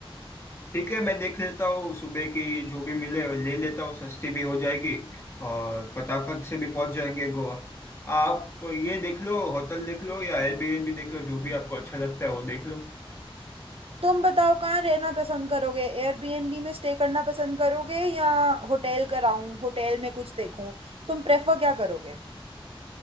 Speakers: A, on the left; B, on the right.
A: ठीक है मैं देख लेता हूँ सुबह की जो भी मिले ले लेता हूँ सस्ती भी हो जाएगी और फटाफट से भी पहुंच जाएंगे गोवा आप ये देख लो होटल देख लो या एयरबीएनबी देख लो जो भी आपको अच्छा लगता है वो देख लो
B: तुम बताओ कहाँ रहना पसंद करोगे एयरबीएनबी में स्टे करना पसंद करोगे या होटल कराऊं होटल में कुछ देखूं तुम प्रेफर क्या करोगे